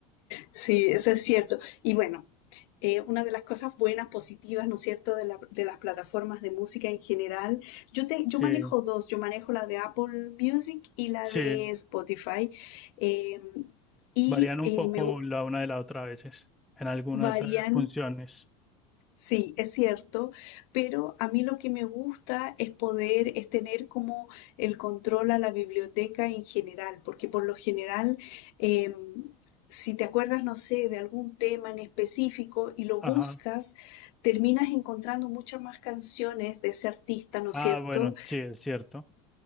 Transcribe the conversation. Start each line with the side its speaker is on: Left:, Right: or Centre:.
Left: Sí, eso es cierto. Y bueno, Eh, una de las cosas buenas, positivas, ¿no es cierto?, de, la, de las plataformas de música en general. Yo, te, yo
Centre: Sí,
Left: manejo dos, yo manejo la de Apple Music y la
Centre: sí,
Left: de Spotify. Eh, y
Centre: varían un
Left: eh,
Centre: poco
Left: me
Centre: la una de la otra a veces, en algunas
Left: varían
Centre: eh, funciones.
Left: Sí, es cierto, pero a mí lo que me gusta es poder, es tener como el control a la biblioteca en general, porque por lo general, eh, si te acuerdas, no sé, de algún tema en específico y lo
Centre: Ajá.
Left: buscas, terminas encontrando muchas más canciones de ese artista, ¿no
Centre: Ah,
Left: es cierto?
Centre: bueno, sí, es cierto.